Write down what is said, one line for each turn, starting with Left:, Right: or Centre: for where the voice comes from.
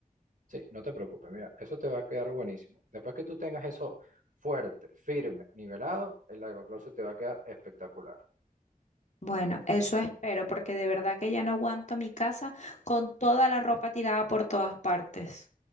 Right: Sí, no te preocupes, mira, eso te va a quedar buenísimo. Después que tú tengas eso fuerte, firme, nivelado, el aerocloset te va a quedar espectacular.
Left: Bueno, eso espero, porque de verdad que ya no aguanto mi casa con toda la ropa tirada por todas partes.